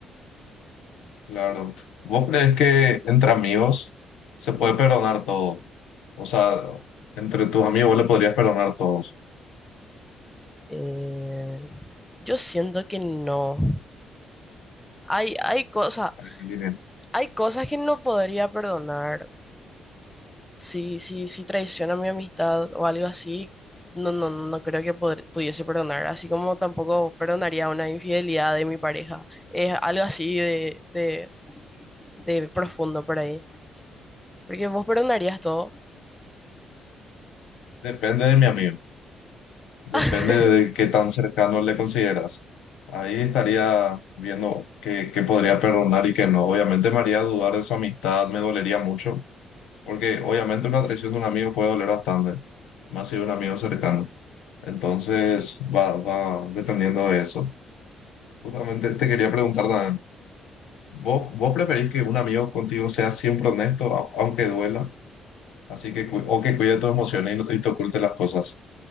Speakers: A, on the left; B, in the centre.
A: claro. ¿Vos crees que entre amigos se puede perdonar todo? O sea, entre tus amigos vos le podrías perdonar todos.
B: Eh, Yo siento que no. Hay, hay cosas,
A: Ahí me diré.
B: hay cosas que no podría perdonar. Si, si, si traiciona mi amistad o algo así, no, no, no creo que podr- pudiese perdonar. Así como tampoco perdonaría una infidelidad de mi pareja. Es algo así de, de, de profundo por ahí. Porque vos perdonarías todo.
A: Depende de mi amigo, depende
B: <laughs>
A: de qué tan cercano le consideras. Ahí estaría viendo qué, qué podría perdonar y qué no. Obviamente me haría dudar de su amistad, me dolería mucho, porque obviamente una traición de un amigo puede doler bastante, más si de un amigo cercano. Entonces, va, va dependiendo de eso. Justamente te quería preguntar también, ¿vos, vos preferís que un amigo contigo sea siempre honesto, a- aunque duela? Así que, cu- o que cuide tus emociones y no te, y te oculte las cosas.